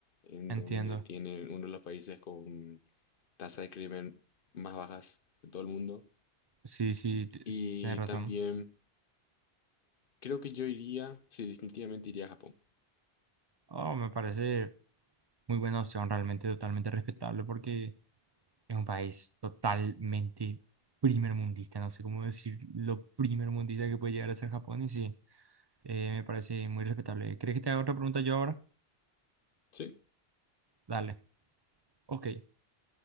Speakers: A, on the left; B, on the right.
A: en
B: entiendo.
A: donde tiene uno de los países con tasa de crimen más bajas de todo el mundo.
B: Sí, sí, t-
A: Y
B: tenés razón.
A: también creo que yo iría, sí, definitivamente iría a Japón.
B: Oh, me parece muy buena opción, realmente totalmente respetable porque es un país totalmente primermundista, no sé cómo decir lo primermundista que puede llegar a ser Japón y sí, eh, me parece muy respetable. ¿Crees que te haga otra pregunta yo ahora?
A: Sí,
B: Dale. Ok.